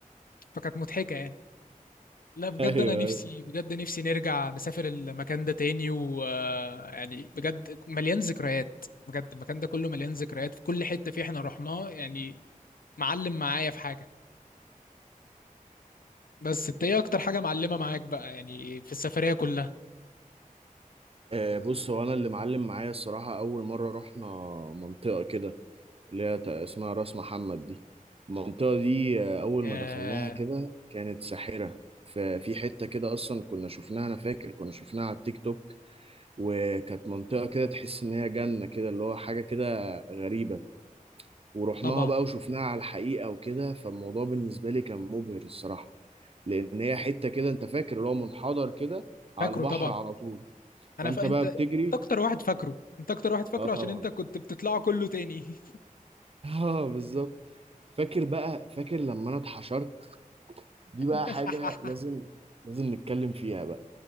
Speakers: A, on the left (about 80°); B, on the right (about 40°).
A: فكانت مضحكة يعني لا بجد
B: ايوه
A: انا نفسي
B: ايوه
A: بجد نفسي نرجع نسافر المكان ده تاني ويعني بجد مليان ذكريات بجد المكان ده كله مليان ذكريات في كل حتة فيه احنا رحناه يعني معلم معايا في حاجة بس انت ايه اكتر حاجة معلمة معاك بقى يعني في السفرية كلها
B: آه، بص هو انا اللي معلم معايا الصراحه اول مره رحنا منطقه كده اللي هي تق- اسمها راس محمد دي المنطقة دي آه، أول
A: ياه
B: ما دخلناها كده كانت ساحرة ففي حتة كده أصلا كنا شفناها أنا فاكر كنا شفناها على التيك توك وكانت منطقة كده تحس إن هي جنة كده اللي هو حاجة كده غريبة ورحناها
A: طبعا
B: بقى وشفناها على الحقيقة وكده فالموضوع بالنسبة لي كان مبهر الصراحة لأن هي حتة كده أنت فاكر اللي هو منحدر كده على
A: فاكره
B: البحر
A: طبعا
B: على طول فأنت
A: انا ف... انت
B: بقى بتجري
A: اكتر واحد فاكره انت اكتر واحد فاكره
B: اه طبعا
A: عشان انت كنت بتطلعه كله تاني
B: <laughs> اه بالظبط فاكر بقى فاكر لما انا اتحشرت دي بقى
A: <laughs>
B: حاجة لازم لازم نتكلم فيها بقى